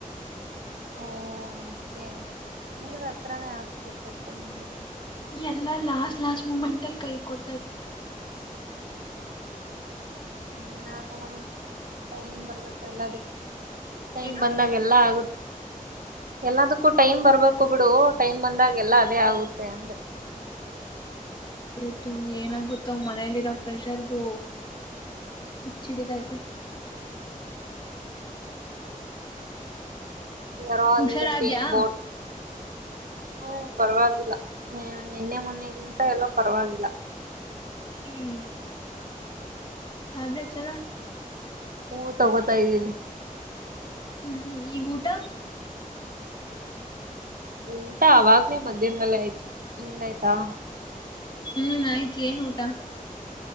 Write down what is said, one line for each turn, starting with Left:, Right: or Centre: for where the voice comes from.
Right: ಓ ಕೆ ಅಂದ್ರೆ ಹತ್ರಾನೇ ಆಗ್ತಿತ್ತಪ್ಪ ನಿಮ್ಗೆ.
Left: ಎಲ್ಲಾ ಲಾಸ್ಟ್ ಲಾಸ್ಟ್ ಮೂಮೆಂಟ್ ಅಲ್ಲಿ ಕೈ ಕೊಡ್ತೈತೆ.
Right: ಹ್ಮ ಏನ ಆಗಲ್ಲ ಬಿಡು ಟೈಮ್ ಬರ್ಬೇಕು ಎಲ್ಲದಕ್ಕೂ. ಟೈಮ್
Left: ಏನೋ
Right: ಬಂದಾಗ ಎಲ್ಲ ಆಗುತ್ ಎಲ್ಲದಕ್ಕೂ ಟೈಮ್ ಬರ್ಬೇಕು ಬಿಡು ಟೈಮ್ ಬಂದಾಗ್ ಎಲ್ಲ ಅದೇ ಆಗುತ್ತೆ ಅಂದೆ.
Left: ಇದು ಏನಾಗುತ್ತೊ ಮನೇಲಿರೋ ಪ್ರೆಷರ್ಗೂ ಹುಚ್ಚಿಡಿತಾಯ್ತೆ.
Right: We are all
Left: ಹುಷಾರಾದ್ಯಾ
Right: in the ಸೇಮ್ ಬೋಟ್. ಹ್ಮ್ ಪರವಾಗಿಲ್ಲ ನಿನ್ನೆ ಮೊನ್ನೆಗಿಂತ ಎಲ್ಲ ಪರವಾಗಿಲ್ಲ.
Left: ಹ್ಮ್ ಟ್ಯಾಬ್ಲೆಟ್ಸ್ ಎಲ್ಲ
Right: ಹ್ಮ ತಗೋತಾ ಇದ್ದೀನಿ.
Left: ಹ್ಮ್ ಈಗ ಊಟ?
Right: ಊಟ ಅವಾಗ್ನೇ ಮಧ್ಯಾಹ್ದಲ್ಲೇ ಆಯ್ತು, ನಿಂದು ಆಯ್ತಾ?
Left: ಹ್ಮ್ ಆಯ್ತು ಏನ್ ಊಟ?